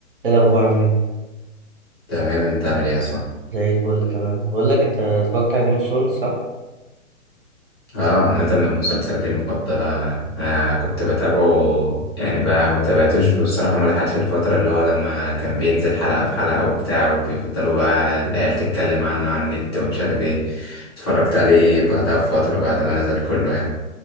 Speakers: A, on the right; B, on the left.
A: ايه الاخبار عامل ايه
B: تمام انت عامل ايه يا صاحبي
A: زي الفل تمام بقول لك انت اتفرجت على جيم اوف ثرونز صح
B: اه عامة من مسلسلاتي المفضلة انا كنت بتابعه يعني بقى ما تابعتوش بصراحة ما لحقتش الفترة اللي هو لما كان بينزل حلقة في حلقة وبتاع وبيفضلوا بقى العيال تتكلم عنه على النت ومش عارف ايه اتفرجت عليه بعدها بفترة بعد ما نزل كله يعني